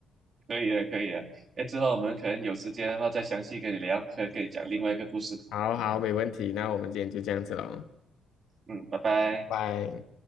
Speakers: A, on the right (about 35°); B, on the left (about 75°).
A: 可以了可以了，哎，之后我们可能有时间的话再详细跟你聊，可以跟你讲另外一个故事。
B: <laughs> 好好，没问题，那我们今天就这样子喽，
A: 嗯，拜拜。
B: 拜拜。